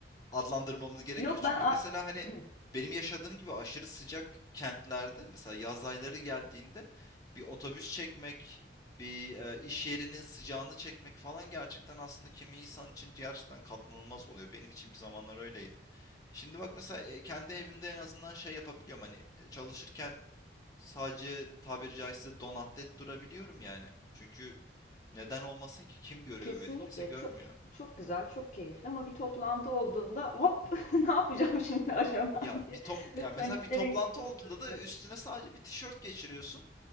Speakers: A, on the left (about 20°); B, on the left (about 40°).
A: adlandırmamız
B: <laughs>
A: gerekiyor.
B: Yok ben...
A: Çünkü
B: a-
A: mesela hani
B: Hı.
A: benim yaşadığım gibi aşırı sıcak kentlerde mesela yaz ayları geldiğinde bir otobüs çekmek, bir e, iş yerinin sıcağını çekmek falan gerçekten aslında kimi insan için gerçekten katlanılmaz oluyor. Benim için bir zamanlar öyleydi. Şimdi bak mesela e, kendi evimde en azından şey yapabiliyorum hani e, çalışırken Sadece tabiri caizse donatlet durabiliyorum yani. Çünkü neden olmasın ki? Kim görüyor
B: Kesinlikle
A: beni? Kimse görmüyor.
B: çok çok güzel, çok keyifli ama bir toplantı olduğunda hop <laughs> ne yapacağım şimdi
A: Ya
B: acaba
A: ya
B: diye
A: bir top
B: ve
A: ya
B: paniklere
A: mesela bir toplantı
B: kapılabiliyorum.
A: olduğunda da üstüne sadece bir tişört geçiriyorsun.